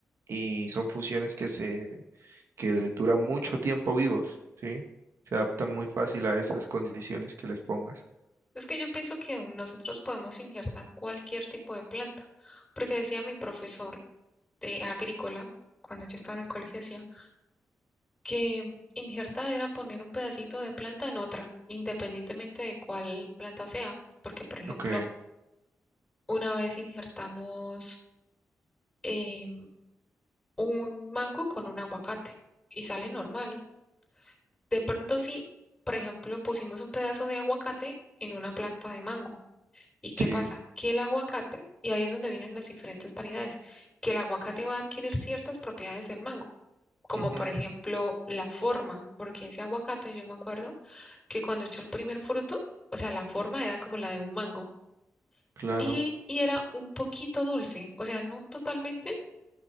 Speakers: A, on the right; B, on the left.
A: y son fusiones que se que duran mucho tiempo vivos, ¿sí? Se adaptan
B: ujú.
A: muy fácil a esas condiciones que les pongas.
B: Es que yo pienso que nosotros podemos injertar cualquier tipo de planta, porque decía mi profesor de agrícola, cuando yo estaba en el colegio, decía, que injertar era poner un pedacito de planta en otra, independientemente de cuál planta sea, porque por ejemplo,
A: Ok,
B: una vez injertamos eh, un mango con un aguacate y sale normal. De pronto sí, por ejemplo, pusimos un pedazo de aguacate en una planta de mango. ¿Y qué
A: sí,
B: pasa? Que el aguacate, y ahí es donde vienen las diferentes variedades, que el aguacate va a adquirir ciertas propiedades del mango, como
A: ujú,
B: por ejemplo la forma, porque ese aguacate, yo me acuerdo, que cuando echó el primer fruto, o sea, la forma era como la de un mango
A: claro.
B: y, y era un poquito dulce, o sea, no totalmente,